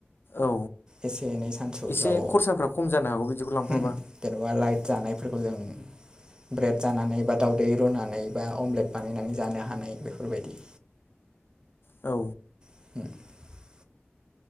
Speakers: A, on the left (about 55°); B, on the right (about 20°).
A: औ
B: एसे एनै सानसुफ्राव
A: एसे खरसाफ्रा खम जानो हागौ बिदिखौ लांफाबा
B: जेनेबा लाइट जानायफोरखौ जों ब्रेड जानानै बा दावदै रुनानै बा अमलेट बानायनानै जानो हानाय बेफोरबायदि
A: औ
B: <inaudible>